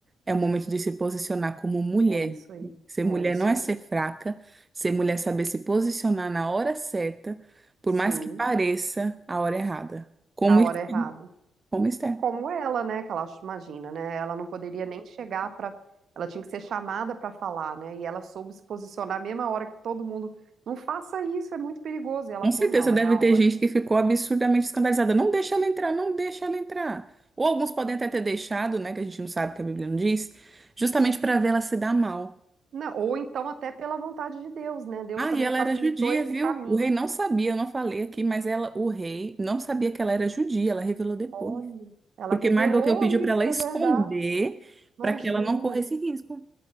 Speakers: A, on the right; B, on the right.
A: é o momento de se posicionar como mulher.
B: É isso aí.
A: Ser
B: É
A: mulher
B: isso
A: não é
B: aí.
A: ser fraca, ser mulher é saber se posicionar na hora certa, por
B: Sim,
A: mais que pareça a hora errada. Como
B: a hora
A: Esther.
B: errada.
A: Como Esther.
B: Como ela, né? Que ela acha- imagina, né? Ela não poderia nem chegar para. Ela tinha que ser chamada para falar, né? E ela soube se posicionar a mesma hora que todo mundo. Não faça isso, é muito perigoso. E ela
A: Com
B: falou:
A: certeza
B: não,
A: deve
B: é a hora.
A: ter gente que ficou absurdamente escandalizada. Não deixa ela entrar, não deixa ela entrar. Ou alguns podem até ter deixado, né, que a gente não sabe que a Bíblia não diz, justamente para ver ela se dar mal.
B: Não, ou então, até pela vontade de Deus, né? Deus
A: Ah,
B: também
A: e ela
B: facilitou
A: era judia,
B: esse
A: viu?
B: caminho.
A: O rei não sabia, eu não falei aqui, mas ela, o rei não sabia que ela era judia, ela revelou depois.
B: Olha, ela
A: Porque
B: revelou
A: Mardoqueu pediu
B: isso,
A: para ela esconder,
B: é verdade. Imagina.
A: para que ela não corresse risco.